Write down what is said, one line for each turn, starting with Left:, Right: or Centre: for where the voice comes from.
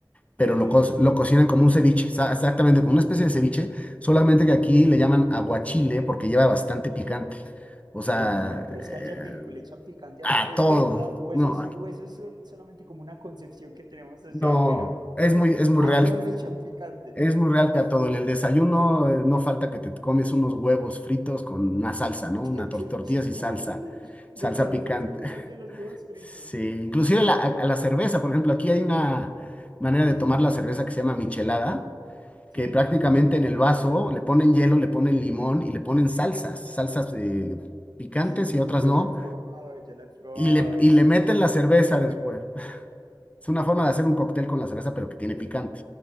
Left: pero
Right: Como un
Left: lo,
Right: ceviche.
Left: co- lo cocinan como un ceviche, sa- exactamente, como una especie de ceviche, solamente que aquí le llaman aguachile porque lleva bastante picante. O sea,
Right: Uy, ya, pero
Left: eh,
Right: es que allá en México le echan picante
Left: a
Right: a todo. ¿Es
Left: todo.
Right: de verdad? ¿O
Left: No,
Right: eso es, o eso es sol- solamente como una concepción que tenemos desde
Left: no,
Right: afuera?
Left: es muy, es muy
Right: A
Left: real.
Right: todo le echan picante.
Left: Es muy real que a todo. En el desayuno eh, no falta que te comes unos huevos fritos con una salsa, ¿no?
Right: <laughs>
Left: Una tor- tortillas y
Right: ¿Cómo
Left: salsa,
Right: así le,
Left: salsa
Right: le echan
Left: picante
Right: salsa picante a los huevos fritos?
Left: Sí, inclusive la- a, a la cerveza, por ejemplo, aquí hay una manera de tomar la cerveza que se llama michelada,
Right: Sí,
Left: que prácticamente en el vaso le ponen hielo, le ponen limón y le ponen salsas, salsas eh, picantes
Right: sí,
Left: y otras
Right: yo
Left: no,
Right: la he probado, yo la he probado.
Left: y le,
Right: Es
Left: y le meten
Right: pues
Left: la
Right: bastante
Left: cerveza
Right: fuerte.
Left: después. <laughs> Es una forma de hacer un cóctel con la cerveza, pero que tiene picante.